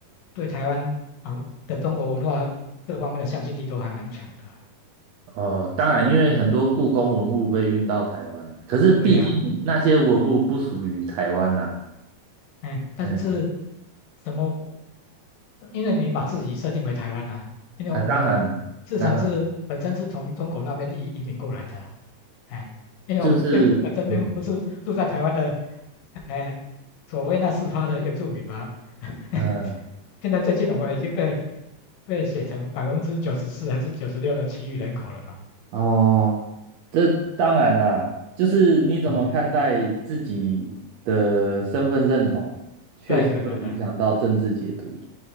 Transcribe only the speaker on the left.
对台湾啊的中国文化这方面的向心力都还蛮强的。
嗯嗯
对呀、哎，但是
怎么？因为你把自己设定为台湾啊，因为我们市场是本身是从中国那边移移民过来的啊
哎，因为我们并本身并不是住在台湾的
哎，所谓那四趴的原住民吧。<laughs>
现在最近我们已经被被写成百分之九十四还是九十六的其余人口了嘛？
嗯嗯，
对对对对，